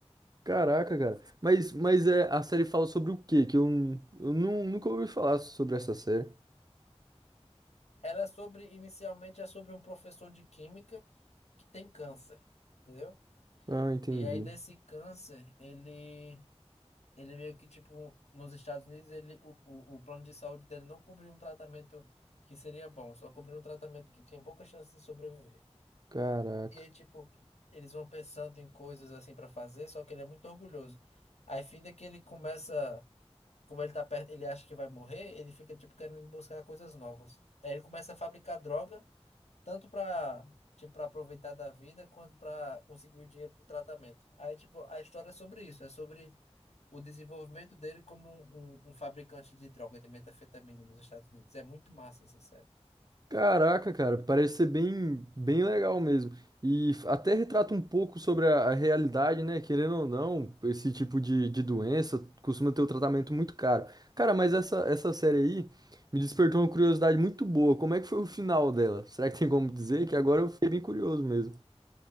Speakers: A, on the right (about 35°); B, on the left (about 75°).
A: Caraca, cara. Mas, mas é, a série fala sobre o quê? Que eu, eu nu- nunca ouvi falar sobre essa série.
B: Ela é sobre, inicialmente, é sobre um professor de química que tem câncer, entendeu?
A: Ah, entendi.
B: E aí desse câncer, ele Ele meio que, tipo, nos Estados Unidos, ele, o, o, o plano de saúde dele não cobria um tratamento que seria bom, só cobria um tratamento que tinha pouca chance de sobreviver.
A: Caraca.
B: E aí, tipo, eles vão pensando em coisas assim pra fazer, só que ele é muito orgulhoso. Aí, fim é que ele começa, como ele tá perto, ele acha que vai morrer, ele fica, tipo, querendo buscar coisas novas. Aí ele começa a fabricar droga, tanto pra, tipo, pra aproveitar da vida, quanto pra conseguir o dinheiro pro tratamento. Aí, tipo, a história é sobre isso, é sobre o desenvolvimento dele como um, um- um fabricante de droga, de metanfetamina nos Estados Unidos. É muito massa essa série.
A: Caraca, cara, parece ser bem, bem legal mesmo. E f- até retrata um pouco sobre a, a realidade, né? Querendo ou não, esse tipo de, de doença costuma ter um tratamento muito caro. Cara, mas essa, essa série aí me despertou uma curiosidade muito boa. Como é que foi o final dela? Será que tem como dizer? Que agora eu fiquei bem curioso mesmo.